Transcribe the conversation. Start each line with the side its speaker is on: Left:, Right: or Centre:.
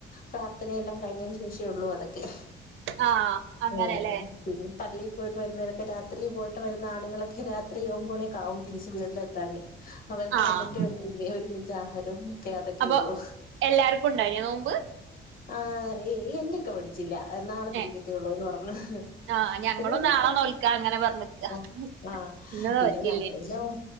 Left: പ്രാർത്ഥനയെല്ലാം കഴിഞ്ഞേന് ശേഷള്ളൂ അതൊക്കെ.
Right: ആഹ് അങ്ങനെല്ലേ
Left: ആഹ് അതന്നെ പിന്നെ പള്ളി പോയിട്ട് വരുന്നവരൊക്കെ രാത്രി പോയിട്ട് വരുന്ന ആണുങ്ങളക്കെ രാത്രി ഒമ്പോണിക്കാവും തിരിച്ച് വീടിലെത്താന്. അവരക്കെ
Right: ആഹ്
Left: വന്ന്ട്ടേ ഒള്ളു ഇനി ഒരുമിച്ച ആഹാരം ഒക്കെ അതക്കെ
Right: അപ്പൊ
Left: ഉള്ളു.
Right: എല്ലാർക്കും ഇണ്ടായിനോ നോമ്പ്?
Left: ആഹ് യ് എന്ത്? ക്ക <unintelligible> നാളെ പിടിക്കത്തേള്ളൂന്ന്
Right: ഏഹ്
Left: പർഞ്ഞ്
Right: ആഹ് ഞങ്ങളും
Left: പിന്നെടെ
Right: നാളെ
Left: ഇപ്പാക്ക്
Right: നോൽക്കാ അങ്ങനെ പറഞ്ഞിക്ക
Left: ആഹ് ആഹ്
Right: ഇന്ന്
Left: പിന്നെ
Right: നോറ്റില്ലേനി
Left: ഞങ്ങളന്ന